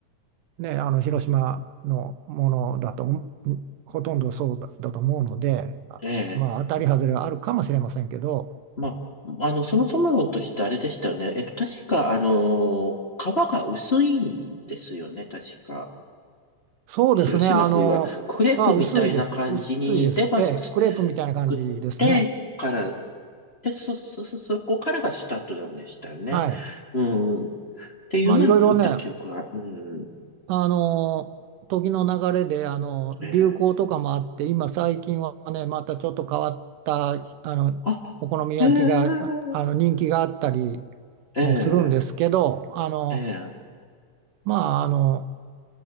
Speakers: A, on the right; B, on the left.
A: ね、あの広島のものだと、うんほとんどそうだ、だと思うので、あまあ当たり外れはあるかもしれませんけど、
B: ええ。まあ、あの、そもそも論としてあれでしたよね。えっと、確か、あのー、皮が薄いんですよね、確か。
A: そうですね、
B: 広島風は。
A: あの、
B: クレープみたいな感じに、
A: あ、薄いです、薄いです、
B: で、まず作ってから、
A: ええ、クレープみたいな感じですね。
B: で、そ、そ、そ、そこからがスタートなんでしたよね。
A: はい。
B: うん。っていうのは見た記憶が。
A: まあいろいろね、
B: うん。
A: あの、時の流れで、あの、
B: ええ。
A: 流行とかもあって、今最近はね、またちょっと変わった、あの、
B: あ、
A: お好み焼きが、
B: ええ、
A: ああの、人気があったり
B: ええ、
A: もするんですけど、あの、
B: ええ。
A: まあ、あの、